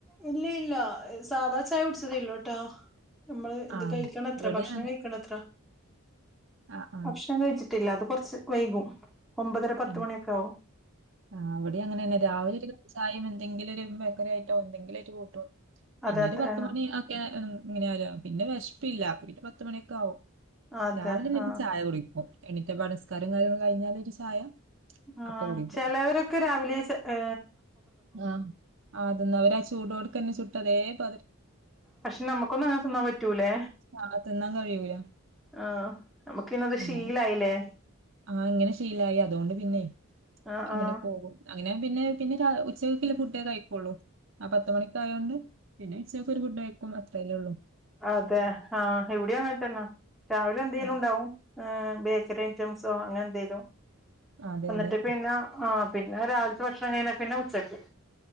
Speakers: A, in the centre; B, on the right.
A: ഇല്ലേ ഇല്ല. ഹ് സാധാ ചായ കുടിച്ചതേ യുള്ളു ട്ടോ. മ്മള് ഇത്
B: ആ
A: കഴിക്കണത്ര,
B: ഇവിടെ
A: ഭക്ഷണം
B: അങ്ങനെ
A: കഴിക്കണത്ര,
B: ആ ആ
A: ഭക്ഷണം കഴിച്ചിട്ടില്ലാത് കൊറ്ച്ച് വൈകും ഒമ്പതര പത്ത്
B: ഉം.
A: മണി ഒക്കാവും.
B: ആ ഇവിടിം അങ്ങനെന്നെ രാവിലെ ഒരു ചായേം എന്തെങ്കിലൊരു ബേക്കറി ആയിട്ടോ എന്തെങ്കിലായിട്ട് കൂട്ടു പിന്നെ
A: അതെ അത്രന്നെ
B: ഒരു പത്തുമണി അക്കെ ഇങ്ങനൊരാ പിന്നെ വെഷ്പ്പില്ല പിന്നെ പത്തുമണിക്കെ ആവും
A: അതെ
B: രാവിലെ എന്നിട്ട്
A: ആഹ്
B: ചായ കുടിക്കും എണീറ്റപാടെ ഇസ്കാരോം കാര്യങ്ങളും കഴിഞ്ഞാല് ഒരു ചായ
A: ആ
B: അപ്പൊ കുടിക്കും
A: ചെലവര ക്കെ രാവിലെ ഏ
B: ആ ആ തിന്നും അവരാ ചൂടോട് കന്നെ ചുട്ടതെ പ
A: പക്ഷെ നമുക്കൊന്നങ്ങനെ തിന്നാൻ പറ്റൂലേ
B: ചായ തിന്നാൻ കഴിയൂല
A: ആ നമ്ക്കിന്നത്
B: പിന്നെ
A: ശീലായിലെ
B: ആ ഇങ്ങനെ ശീലായി അതോണ്ട് പിന്നെ
A: ആഹ്
B: ഇങ്ങനെ
A: ആഹ്
B: പോകും അ പിന്നെ പിന്നെ പിന്നെ രാ ഉച്ചക്ക്ള്ള ഫുഡെ കഴിക്കൊള്ളൂ ആ പത്ത് മണിക്കായോണ്ട് പിന്നെ ഉച്ചക്കൊരു ഫുഡൈക്കും അത്രല്ലേ ഒള്ളൂ
A: അതെ ആ ഇവിടി അങ്ങനതന്നെ രാവിലെ എന്തേലുണ്ടാവും
B: ആ,
A: ഏ ബേക്കറി ഐറ്റംസോ അങ്ങനെന്തേലും
B: അതെ
A: എന്നിട്ട്
B: അതെ
A: പിന്നെ ആ പിന്നെ രാവിൽത്തെ ഭക്ഷണം കഴിഞ്ഞാ പിന്നെ ഉച്ചക്ക്.